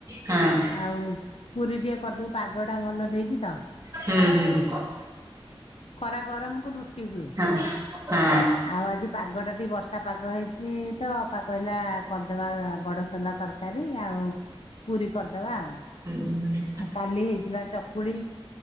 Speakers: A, on the right; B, on the left.
A: ହଁ।
B: ଆଉ ପୁରୀ ଟିକେ କରିଦେଉ ପାଗ ଟା ଭଲ ଦେଇଛି ତ।
A: ହୁଁ ହୁଁ।
B: ଖରା ଗରମକୁ ରୁଟି ହୁଏ।
A: ହଁ ହଁ।
B: ଆଉ ଆଜି ପାଗ ଟା ଟିକେ ବର୍ଷା ପାଗ ହେଇଛି ତ ଅପା କହିଲା କରିଦବା ବଡସୋଲା ତର କାରୀ ଆଉ ପୁରୀ କରିଦବା ଆଉ।
A: ହୁଁ।
B: ଆଉ କାଲି ହେଇଥିଲା ଚକୁଡି।